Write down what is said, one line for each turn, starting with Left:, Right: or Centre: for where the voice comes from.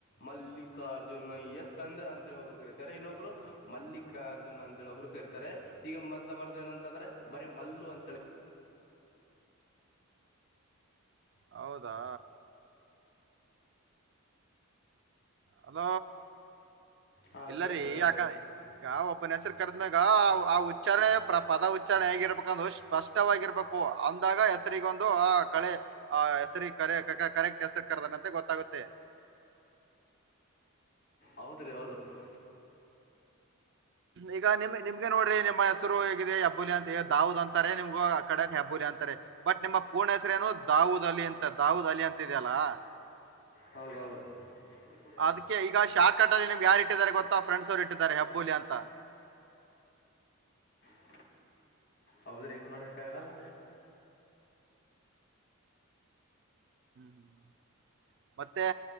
Left: ಮಲ್ಲಿಕಾರ್ಜುನಯ್ಯ ತಂದೆ ಅಂತ ಹೇಳ ಒಬ್ರು ಕರೀತಾರೆ ಇನ್ನೊಬ್ರು ಮಲ್ಲಿಕಾರ್ಜುನ ಅಂತ ಹೇಳಿ ಒಬ್ರು ಕರೀತಾರೆ ಈಗ ಮತ್ತ ಬಾರ್ದ ಏನಂತಂದ್ರೆ ಬರೇ ಮಲ್ಲು ಅಂತೇಳಿ
Right: ಹೌದಾ ಅದ
Left: ಹಾಂ
Right: ಇಲ್ಲರೀ
Left: ಕೇಳಿಸ್ತದೆ ಹೇಳಿ
Right: ಯಾಕ ಈಗ ಒಬ್ಬನ ಹೆಸರು ಕರೆದ್ಮ್ಯಾಗ ಆ ಉಚ್ಚಾರಣೆ ಪದ ಉಚ್ಚಾರಣೆ ಹೇಗಿರ್ಬೇಕಂದು ಸ್ಪಷ್ಟವಾಗಿರ್ಬೇಕು ಅಂದಾಗ ಹೆಸರಿಗೊಂದು ಆ ಕಳೆ ಆ ಹೆಸರಿ ಕರೆ ಕರೆಕ್ಟ್ ಹೆಸರು ಕರ್ದನಂತೆ ಗೊತ್ತಾಗುತ್ತೆ
Left: ಹೌದ್ರಿ ಹೌದು ಹ
Right: ಈಗ ನಿಮ್ ನಿಮ್ಗೆ ನೋಡ್ರಿ ನಿಮ್ಮ ಹೆಸರು ಹೇಗಿದೆ ಹೆಬ್ಬುಲಿ ಅಂತ ದಾವದ್ ಅಂತಾರೆ ನಿಮ್ಗು ಆ ಕಡೆಕ್ ಹೆಬ್ಬುಲಿ ಅಂತಾರೆ ಬಟ್ ನಿಮ್ಮ್ ಪೂರ್ಣ ಹೆಸರೇನು ದಾವೂದಲಿ ಅಂತ ದಾವೂದ್ ಅಲಿ ಅಂತ ಇದೆಯಲ್ಲಾ
Left: ಹೌದೌದು ಕುಡ
Right: ಅದಕ್ಕೆ ಈಗ ಶಾರ್ಟ್ ಕಟ್ ಅಲ್ಲಿ ನಿಮ್ಗೆ ಯಾರು ಇಟ್ಟಿದ್ದಾರೆ ಗೊತ್ತಾ ಫ್ರೆಂಡ್ಸ್ ಅವ್ರು ಇಟ್ಟಿದ್ದಾರೆ ಹೆಬ್ಬುಲಿ ಅಂತ
Left: <inaudible> ಹೌದ್ರಿ ಏನ್ಮಾಡಕ್ಕಗಲ್ಲ
Right: - ಮತ್ತೆ